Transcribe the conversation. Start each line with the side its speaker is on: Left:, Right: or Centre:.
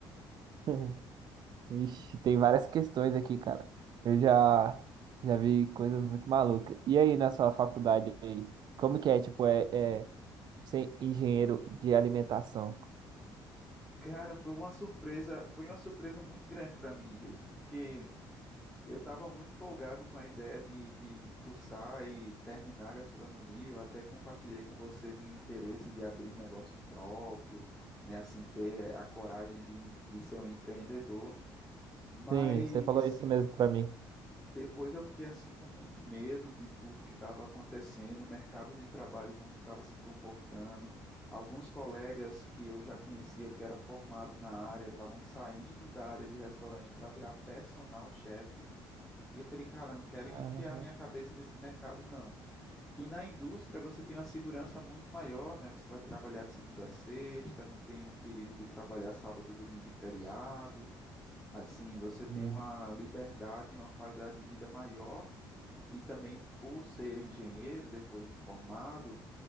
Right: <laughs> Ixi, tem várias questões aqui, cara. Eu já já vi coisas muito malucas. E aí, na sua faculdade aí, como que é, tipo, é, é ser engenheiro de alimentação?
Centre: Cara, foi uma surpresa, foi uma surpresa muito grande para mim, Rede, porque Eu estava muito empolgado com a ideia de, de cursar e terminar a gastronomia. Eu até compartilhei com você meu interesse de abrir um negócio próprio, né? Assim, ter a coragem de, de ser um empreendedor. Mas
Right: Sim, você falou isso mesmo pra mim.
Centre: depois eu fiquei assim com muito medo de tudo que estava acontecendo, o mercado de trabalho como estava se comportando. Alguns colegas que eu já conhecia, que era formado na área, estavam saindo da área de restaurante para virar personal chef e eu falei, cara, não quero
Right: Ah,
Centre: enfiar minha cabeça nesse mercado, não. E na indústria você tem uma segurança muito maior, né? Você vai trabalhar de segunda a sexta, não tem o perigo de trabalhar sábado, domingo e feriado. Assim, você tem
Right: hum.
Centre: uma liberdade e uma qualidade de vida maior. E também por ser engenheiro, depois de formado,